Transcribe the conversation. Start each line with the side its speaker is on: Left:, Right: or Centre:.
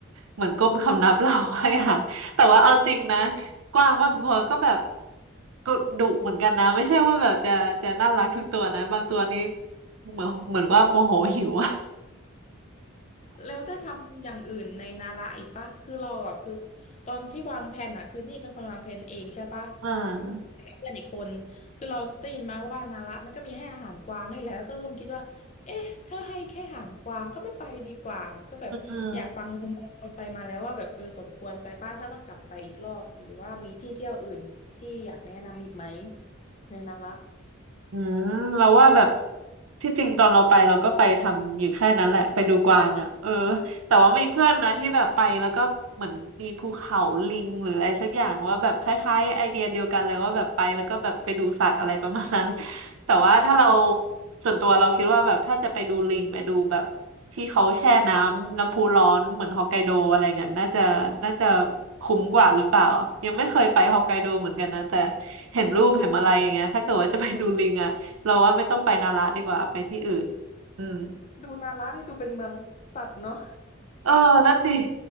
Right: เหมือนก้มคำนับเราให้อาหาร <laughs> แต่ว่าเอาจริงนะกวางบางตัวก็แบบก็ดุเหมือนกันนะไม่ใช่ว่าแบบจะจะน่ารักทุกตัวนะบางตัวนี้เหมือนเหมือนว่าโมโหหิวอะ
Left: แล้วได้ทำอย่างอื่นในนาระอีกปะคือเราอ่ะคือตอนที่วางแผนอ่ะคือนี่เป็นคนวางแผนเองใช่ปะ
Right: อ่า
Left: กับเพื่อนอีกคนคือเราได้ยินมาว่านาระมันก็มีให้อาหารกวางนี่แหละแล้วก็เคิดว่าเอ๊ะถ้าให้แค่อาหารกวางก็ไม่ไปดีกว่าก็แบบอยากฟังมุมมองคนไปมาแล้วว่าแบบเออสมควรไปป้าถ้าต้องกลับไปอีกรอบหรือว่ามีที่เที่ยวอื่นที่อยากแนะนำอีกไหม
Right: อืม
Left: ในนาระ
Right: อืมเราว่าแบบที่จริงตอนเราไปเราก็ไปทำอยู่แค่นั้นแหละไปดูกวางอ่ะเออ แต่ว่ามีเพื่อนนะที่แบบไปแล้วก็เหมือนมีภูเขาลิงหรืออะไรสักอย่างว่าแบบคล้ายๆไอเดียเดียวกันเลยว่าแบบไปแล้วก็แบบไปดูสัตว์อะไรประมาณนั้น <laughs> แต่ว่าถ้าเรา
Left: อืม
Right: ส่วนตัวเราคิดว่าแบบถ้าจะไปดูลิงไปดูแบบที่เขาแช่น้ำน้ำพุร้อนเหมือนฮอกไกโดอะไรเงี้ยน่าจะน่าจะคุ้มกว่าหรือเปล่ายังไม่เคยไปฮอกไกโดเหมือนกันนะแต่เห็นรูปเห็นอะไรอย่างเงี้ยถ้าเกิดว่าจะไปดูลิงอะเราว่าไม่ต้องไปนาระดีกว่าไปที่อื่นอืม
Left: ดูนาระนี่ดูเป็นเมืองสัตว์เนาะ
Right: เออนั่นดิ